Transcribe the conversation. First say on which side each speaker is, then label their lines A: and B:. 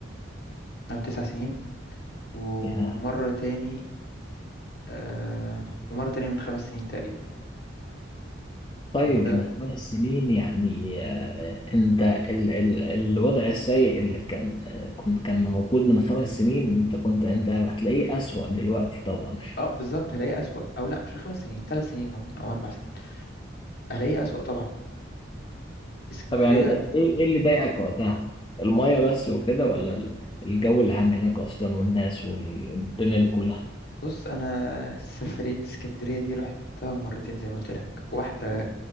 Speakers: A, on the left; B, on the left.
A: او 9 سنين ومره
B: يا
A: تاني آه ومره تاني من خمس سنين تقريبا
B: طيب
A: وده
B: من خمس سنين يعني آه، انت ال ال الوضع السيء اللي كان آه، كنت كان موجود من خمس سنين انت كنت انت هتلاقيه أسوأ دلوقتي طبعا
A: اه بالظبط هلاقي اسوأ او لا مش خمس سنين ثلاث سنين ممكن او اربع سنين هلاقي اسوأ طبعا اسكندرية
B: طب يعني ايه ايه اللي ضايقك وقتها المية بس وكده ولا ال- الجو العام هناك اصلا والناس والدنيا دي كلها
A: بص انا سفرية اسكندرية دي رحتها مرتين زي ما قلت لك واحدة